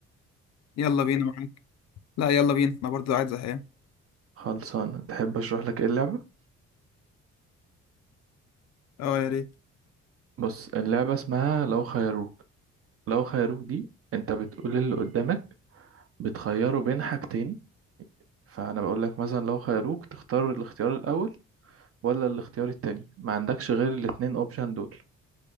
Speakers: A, on the left (about 60°); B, on the right (about 50°).
A: يلا بينا معاك لا يلا بينا انا برضه قاعد زهقان
B: خلصانة تحب أشرح لك إيه اللعبة؟
A: اه يا ريت
B: بص اللعبة اسمها لو خيروك لو خيروك دي أنت بتقول اللي قدامك بتخيره بين حاجتين فأنا بقول لك مثلا لو خيروك تختار الاختيار الأول ولا الاختيار التاني ما عندكش غير الاتنين اوبشن دول